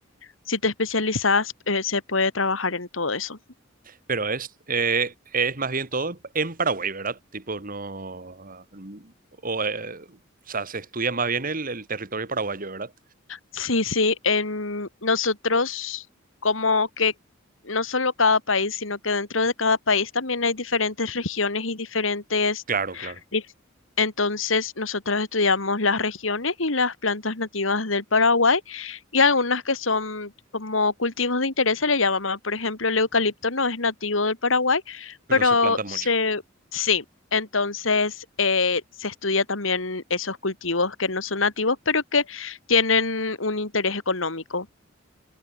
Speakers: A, on the left; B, on the right.
A: si te especializas, eh, se puede trabajar en todo eso.
B: Pero es, eh, es más bien todo en Paraguay, ¿verdad? Tipo, no... ah, mm, O, eh, o sea, se estudia más bien el, el territorio paraguayo, ¿verdad?
A: Sí, sí, en nosotros como que no solo cada país, sino que dentro de cada país también hay diferentes regiones y diferentes
B: Claro, claro.
A: Listo. Entonces, nosotros estudiamos las regiones y las plantas nativas del Paraguay y algunas que son como cultivos de interés se le llama. Por ejemplo, el eucalipto no es nativo del Paraguay,
B: Pero
A: pero
B: se planta mucho.
A: se, sí. Entonces, eh, se estudia también esos cultivos que no son nativos, pero que tienen un interés económico.